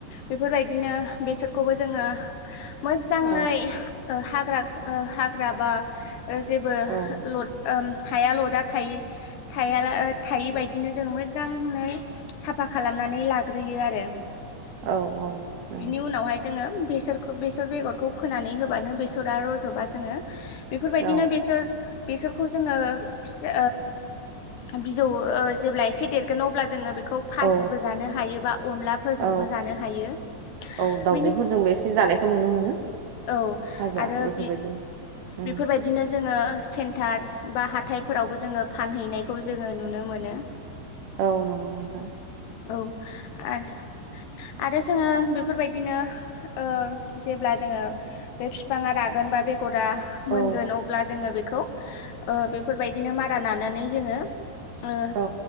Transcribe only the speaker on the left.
बेफोरबायदिनो बेसरखौबो जोंङो मोजांङै
हाग्रा हाग्रा बा जेबो
लद हाया लदा थायि-थाया ओ थायि बायदि बिदिनो जों मोजांङै साफा खालामनानै लाग्रोयो आरो
बिनि उनावहाय जोंङो बेसरखौ बेसर बेगरखौ फोनानै होबानो बेसरा रजबा जोंङो बेफोरबायदिनो
बेसर बेसरखौ जोंङो फिसा ओम बिजौ ओ जेब्ला एसे देरगोन अब्ला जोंङो बेखौ फाजिबो
जानो हायो बा अनलाफोरजोंबो
जानो हायो।
बिनि
औ
आरो
बे-बेफोरबायदिनो
जोङो सेन्टार बा हाथायफोरावबो जोङो फानहैनायखौ जोङो नुनो मोनो।
औ आरो
आरो जोङो बेफोरबायदिनो ओ जेब्ला जोङो बे बिफाङा रागोन बा बेगरा
मोनगोन अब्ला जोङो बेखौ ओ बेफोरबायदिनो मारा नानानै जोङो ओ